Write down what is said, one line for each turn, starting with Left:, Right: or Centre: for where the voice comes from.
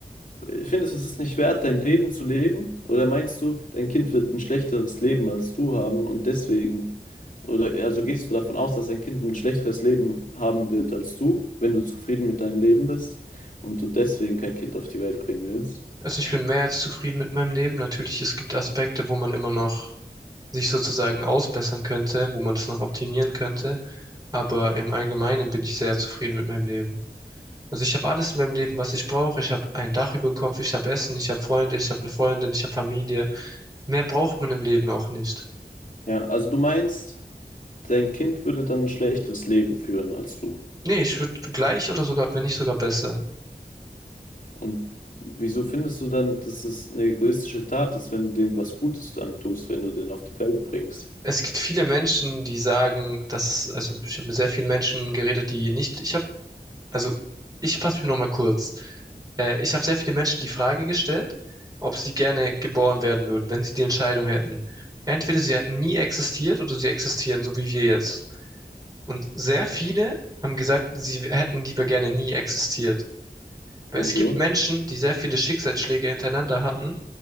Left: Findest du, es ist nicht wert, dein Leben zu leben? Oder meinst du, dein Kind wird ein schlechteres Leben als du haben und deswegen, oder also gehst du davon aus, dass dein Kind ein schlechteres Leben haben wird als du, wenn du zufrieden mit deinem Leben bist und du deswegen kein Kind auf die Welt bringen willst?
Right: Also ich bin mehr als zufrieden mit meinem Leben. Natürlich, es gibt Aspekte, wo man immer noch sich sozusagen ausbessern könnte, wo man das noch optimieren könnte. Aber im Allgemeinen bin ich sehr zufrieden mit meinem Leben. Also ich habe alles in meinem Leben, was ich brauche. Ich habe ein Dach über dem Kopf, ich habe Essen, ich habe Freunde, ich habe eine Freundin, ich habe Familie. Mehr braucht man im Leben auch nicht.
Left: Ja, also du meinst, dein Kind würde dann ein schlechteres Leben führen als du.
Right: Nee, ich würde gleich oder sogar, wenn nicht sogar besser.
Left: Und wieso findest du dann, dass es eine egoistische Tat ist, wenn du dem was Gutes antust, wenn du den auf die Welt bringst?
Right: Es gibt viele Menschen, die sagen, dass, also ich habe mit sehr vielen Menschen geredet, die nicht, ich habe also ich fasse mich nochmal kurz. Äh, ich habe sehr viele Menschen die Frage gestellt, ob sie gerne geboren werden würden, wenn sie die Entscheidung hätten. Entweder sie hätten nie existiert oder sie existieren, so wie wir jetzt. Und sehr viele haben gesagt, sie hätten lieber gerne nie existiert. Weil
Left: Wieso?
Right: es gibt Menschen, die sehr viele Schicksalsschläge hintereinander hatten,